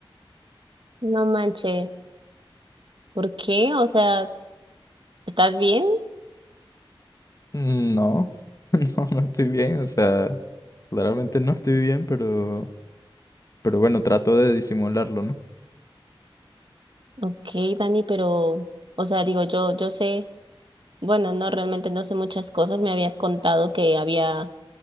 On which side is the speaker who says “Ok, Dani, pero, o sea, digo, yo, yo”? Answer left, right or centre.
Right